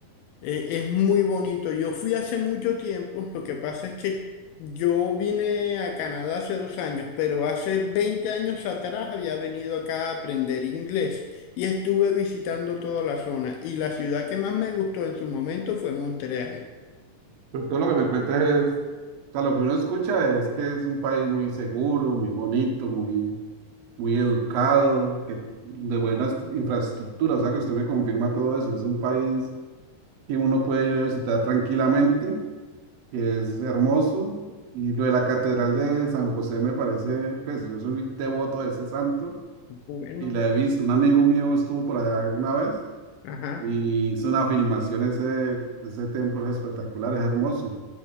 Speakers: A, on the left; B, on the right.
A: Eh, es muy bonito. Yo fui hace mucho tiempo. Lo que pasa es que yo vine a Canadá hace dos años, pero hace 20 años atrás había venido acá a aprender inglés y estuve visitando toda la zona. Y la ciudad que más me gustó en su momento fue Montreal.
B: Pero todo lo que me cuentas es, o sea, lo que uno escucha es que es un país muy seguro, muy bonito, muy, muy educado, que de buenas infraestructuras, o sea, que usted me confirma todo eso. Es un país que uno puede ir a visitar tranquilamente, que es hermoso. Y lo de la Catedral de San José me parece, pues yo soy devoto de ese santo
A: Bueno,
B: y la he visto. Un amigo mío estuvo por allá una vez
A: ajá.
B: y hizo una filmación, ese, ese templo es espectacular, es hermoso.